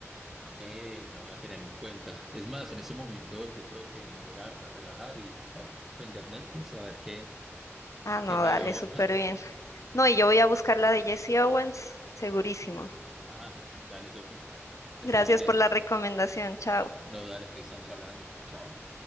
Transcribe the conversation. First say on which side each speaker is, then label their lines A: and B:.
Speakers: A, in the centre; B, on the left.
A: Ve, la voy a tener en cuenta. Es más, en ese momento yo creo que me voy a ir a, a relajar y voy a prender Netflix y a ver qué,
B: Ah, no,
A: qué me
B: dale,
A: veo.
B: súper bien. No, y
A: <laughs> Listo.
B: yo voy a buscar la de Jesse Owens, segurísimo.
A: Ah, dale, Sofi. Que
B: Gracias
A: estés muy bien.
B: por la recomendación. Chao.
A: No, dale, ahí estamos hablando. Chao.